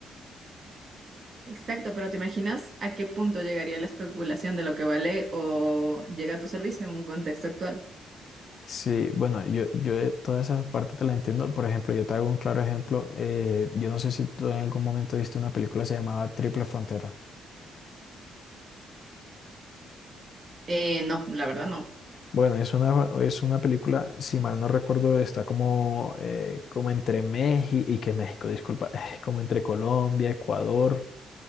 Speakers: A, on the right; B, on the left.
A: Exacto, pero ¿te imaginas a qué punto llegaría la especulación de lo que vale o llega a tu servicio en un contexto actual?
B: Sí, bueno, yo, yo de toda esa parte te la entiendo. Por ejemplo, yo te hago un claro ejemplo. eh, yo no sé si tú en algún momento viste una película, se llamaba Triple Frontera.
A: Eh, no, la verdad no,
B: Bueno, es una, es una película, si mal no recuerdo, está como, eh, como entre México, y que México, disculpa, <laughs> <sighs> como entre Colombia, Ecuador,